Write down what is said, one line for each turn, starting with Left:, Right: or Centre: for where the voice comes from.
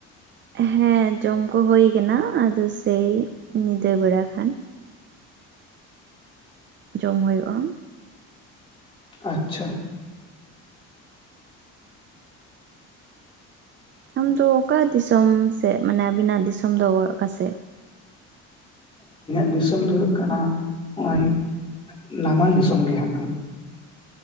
Right: ᱦᱮᱸ ᱡᱚᱢ ᱠᱚ ᱦᱳᱭ ᱠᱟᱱᱟ ᱟᱫᱚ ᱥᱮᱭ ᱧᱤᱫᱟᱹ ᱵᱮᱲᱟ ᱠᱷᱟᱱ ᱡᱚᱢ ᱦᱩᱭᱩᱜᱼᱟ᱾
Left: ᱟᱪᱷᱟ᱾
Right: ᱟᱢᱫᱚ ᱚᱠᱟ ᱫᱤᱥᱚᱢ ᱥᱮᱫ ᱢᱟᱱᱮ ᱟᱵᱤᱱᱟᱜ ᱫᱤᱥᱚᱢ ᱫᱚ ᱚᱠᱟᱥᱮᱫ?
Left: ᱫᱚ <inaudible> ᱦᱩᱭᱩᱜ ᱠᱟᱱᱟ ᱱᱚᱜᱼᱚᱭ ᱱᱟᱢᱟᱞ ᱫᱤᱥᱚᱢ ᱜᱮ ᱦᱟᱸᱜ ᱠᱟᱱᱟ ᱾